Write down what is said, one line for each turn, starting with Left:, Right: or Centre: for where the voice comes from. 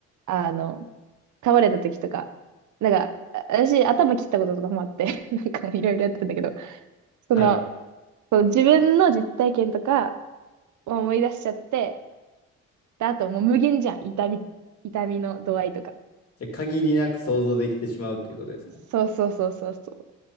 Right: あの、倒れた時とか、なんか、あ私、頭切ったこととかもあって <laughs> なんかもういろいろやってんだけど、その、
Left: はい。
Right: その自分の実体験とかを思い出しちゃって、で、あともう無限じゃん、痛み、痛みの度合いとか。
Left: じゃあ限りなく想像できてしまうということですか
Right: そうそうそうそうそう。